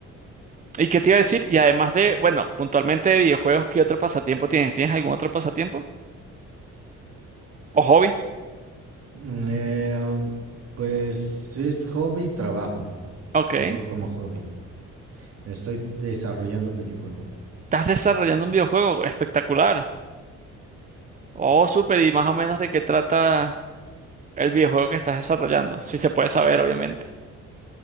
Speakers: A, on the right; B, on the right.
A: ¿Y qué te iba a decir? Y además de, bueno, puntualmente de videojuegos, ¿qué otro pasatiempo tienes? ¿Tienes algún otro pasatiempo? ¿O hobby?
B: Mm, eh, um, pues es hobby y trabajo.
A: Ok.
B: Lo veo como hobby. Estoy desarrollando un videojuego.
A: Estás desarrollando un videojuego espectacular. Oh, súper. ¿Y más o menos de qué trata el videojuego que estás desarrollando? Si se puede saber, obviamente.